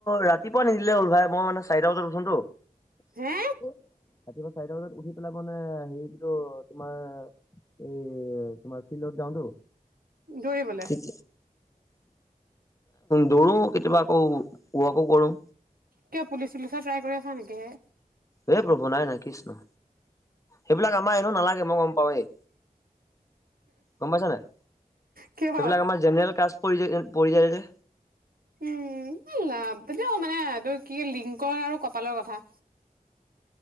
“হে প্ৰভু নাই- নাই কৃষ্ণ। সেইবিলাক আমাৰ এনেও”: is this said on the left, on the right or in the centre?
Left